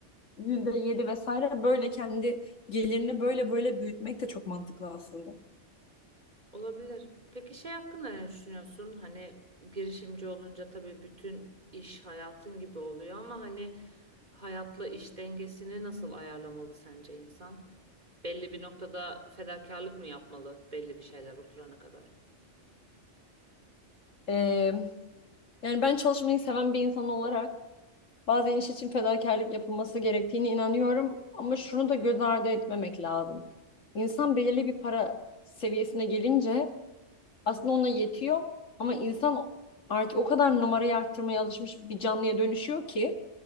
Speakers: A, on the left (about 90°); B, on the right (about 35°).
A: %7 vesaire böyle kendi gelirini böyle böyle büyütmek de çok mantıklı aslında.
B: Olabilir. Peki şey hakkında ne düşünüyorsun? Hani girişimci olunca tabii bütün iş hayatın gibi oluyor ama hani hayatla iş dengesini nasıl ayarlamalı sence insan? Belli bir noktada fedakarlık mı yapmalı belli bir şeyler oturana kadar?
A: E, yani ben çalışmayı seven bir insan olarak bazen iş için fedakarlık yapılması gerektiğine inanıyorum ama şunu da göz ardı etmemek lazım. İnsan belirli bir para seviyesine gelince Aslında ona yetiyor ama insan artık o kadar numarayı arttırmaya alışmış bir canlıya dönüşüyor ki